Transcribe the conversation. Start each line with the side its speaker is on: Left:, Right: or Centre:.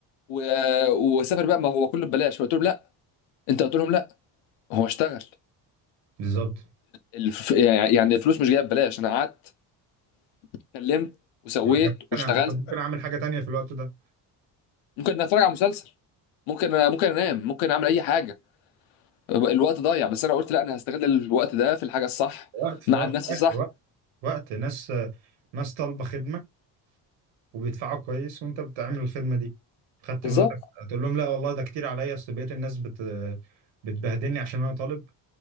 Left: و- آه، وسافر بقى ما هو كله ببلاش فقلت لهم لا انت قلت لهم لا هو اشتغل
Right: بالظبط
Left: الف... يعني يعني الفلوس مش جايه ببلاش انا قعدت اتكلمت وسويت
Right: ما كان
Left: واشتغلت
Right: ممكن أعمل- كنت ممكن اعمل حاجه تانية في الوقت ده
Left: ممكن اتفرج على مسلسل ممكن ممكن انام ممكن اعمل اي حاجه الوقت ضايع بس انا قلت لا انا هستغل الوقت ده في الحاجه الصح
Right: وقت في
Left: مع
Right: الاول
Left: الناس
Right: وفي
Left: الصح
Right: الاخر وقت وقت ناس ناس طالبه خدمه وبيدفعوا كويس وانت بتعمل الخدمه دي خدت
Left: بالظبط
Right: من وقتك تقول لهم لا والله ده كتير عليا اصل بقيت الناس بت بتبهدلني عشان انا طالب